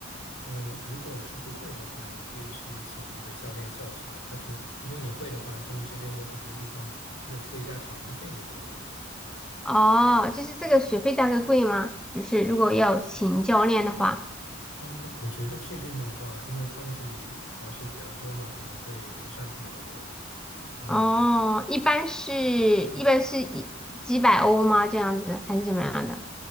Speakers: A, on the left; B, in the centre.
A: 呃，如果是不会的话，你可以去请那个教练教学。但是如果你会的话，他们这边有很多地方就是付一下场地费就可以。
B: 哦，就是这个学费大概贵吗？就是如果要请教练的话，
A: 呃，我觉得这边的话，因为他们这里滑雪比较多嘛，可能会不算特别的贵。嗯，
B: 哦，一般是一般是一。几百欧吗？这样子还是怎么样的？